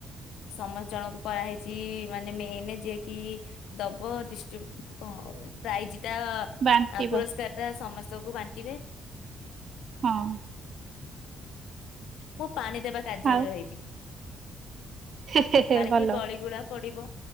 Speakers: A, on the left; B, on the right.
A: ସମସ୍ତ ଜଣଙ୍କୁ କରାହେଇଛି ମାନେ ମେନ ଯିଏ କି ଦବ ଡିଷ୍ଟ୍ରିବ୍ୟୁ କ ପ୍ରାଇଜ ଆ
B: ବାଣ୍ଟିବ
A: ପୁରସ୍କାର ଟା ସମସ୍ତ ସବୁ ବାଣ୍ଟିବେ।
B: ହଁ।
A: ଓ। ପାଣି ଦେବା କାର୍ଯ୍ୟରେ
B: ଆଉ
A: ରହିବି।
B: ହେ ହେ ହେ
A: କାଳେ
B: ଭଲ
A: କିଏ ଗଳିଗୁଳା ପଡିବ